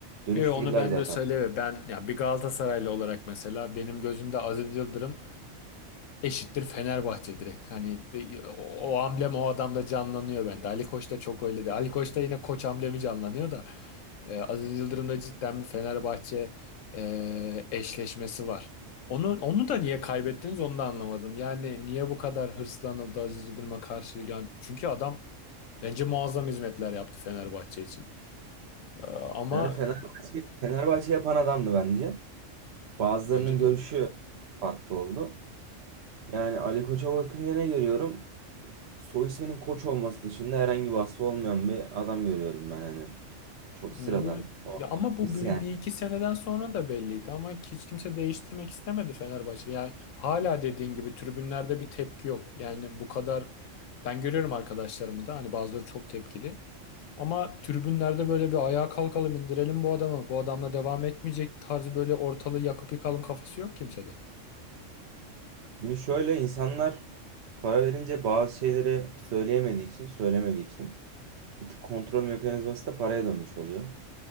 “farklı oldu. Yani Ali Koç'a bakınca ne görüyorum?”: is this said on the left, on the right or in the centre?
Right